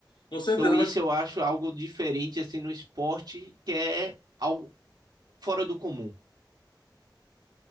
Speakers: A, on the left; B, on the right.
A: Com certeza,
B: Então, isso
A: mas
B: eu acho algo diferente, assim, no esporte, que é algo fora do comum.